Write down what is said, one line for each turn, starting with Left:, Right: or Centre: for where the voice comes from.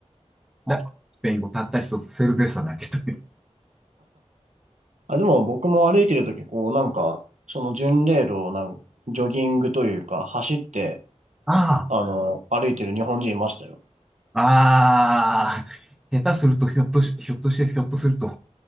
Centre: だスペイン語たった一つセルベッサだけという。
Right: あ、でも僕も歩いてるとき、こう、なんか、その巡礼路をなん、ジョギングというか、走って、
Centre: あ
Right: あの、歩いてる日本人いましたよ。
Centre: あ、ああ、下手するとひょっとし、ひょっとして、ひょっとすると、